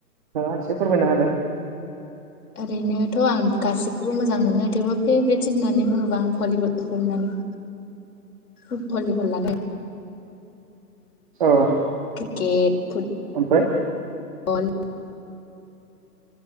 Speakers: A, on the right (about 30°); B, on the left (about 60°).
A: <unintelligible> एसे फोरमायना होदो।
B: ओरैनोथ' आं गासैखौबो मोजां मोनो थेवबो फेभरेट होननानै बुङोब्ला आं भलिबल भलिबल <unintelligible>
A: औ
B: <unintelligible>
A: ओमफ्राय
B: अल <unintelligible>